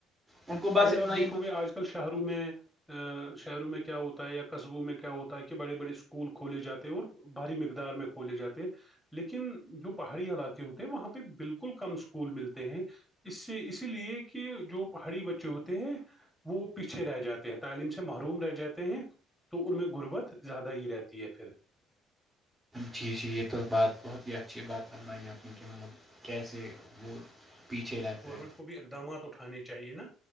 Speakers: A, on the right; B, in the centre.
A: ان کو بس
B: اگر
A: اتنا
B: آپ دیکھو
A: ہی پتا
B: گے آج کل شہروں میں ا شہروں میں کیا ہوتا ہے یا قصبوں میں کیا ہوتا ہے کہ بڑے بڑے اسکول کھولے جاتے ہیں اور بھاری مقدار میں کولے جاتے لیکن جو پہاڑی علاقے ہوتے ہیں وہاں پہ بالکل کم اسکول ملتے ہیں اس سے اسی لیے کہ جو پہاڑی بچے جو ہوتے ہیں وہ پیچھے رہ جاتے ہیں تعلیم سے محروم رہ جاتے ہیں تو ان میں غربت زیادہ ہی رہتی ہے پھر
A: جی جی یہ تو بات بہت ہی اچھی بات کرناائ گے اپ میں کہ مطلب کیسے وہ پیچھے رہتا
B: گورنمنٹ
A: ہے
B: کو بھی اقدامات اٹھانے چاہیے نا